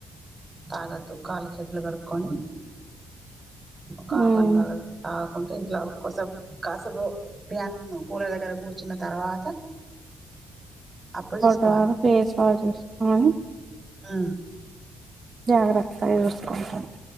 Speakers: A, on the right (about 20°); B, on the right (about 35°).
A: తాగద్దు కాళ్ళు చేతులు కడుకొని ఒక
B: హ్మ్
A: హఫ్ అనవర్ వంటిమ్ట్లో కూసేపు కాసేపు ఫ్యాన్ కూలర్ దగ్గర కూర్చున్న తర్వాత అప్పుడు తీసుకోవాలి
B: టారు ఫేస్ వాష్ చేసుకొని
A: ఆ
B: జాగ్రత్తగా చూసుకుంటా